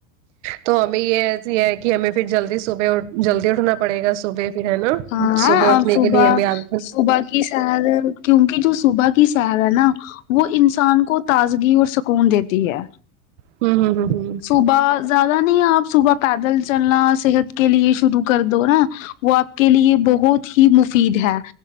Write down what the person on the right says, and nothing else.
تو ہمیں یہ ایسی ہے کہ ہمیں پھر جلدی صبح اٹھ جلدی اٹھنا پڑے گا صبح پھر ہے نا
صبح اٹھنے
کے لیے ہم آد
ہوں ہ ہ ہ